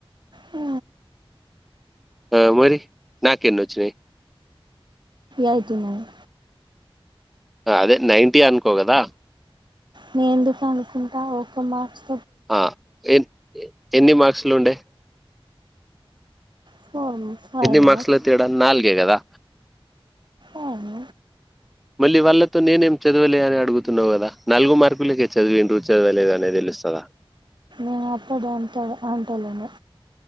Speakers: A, on the right; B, in the centre.
A: ఆ
B: ఆ మరి నాకేన్నోచ్చినయి
A: ఎయిటీ నైన్
B: అ అదే నైంటీ అనుకో గదా
A: నే ఎందుకు అనుకుంటా ఓక మార్క్స్
B: అ ఎన్ ఎన్ని మార్క్స్ లుండే
A: ఫోరూ ఫైవ్
B: ఎన్ని
A: మర్క్స్
B: మార్క్స్ల తేడా నాల్గే గదా
A: అవును
B: మళ్ళీ వాళ్ళతో నేనేం చదవలే అని అడుగుతున్నవు గదా నాలుగు మార్కులకే చదివిన్రు చదవలేదనేది తెలుస్తదా
A: అ అక్కడ అంటలే అంటలేను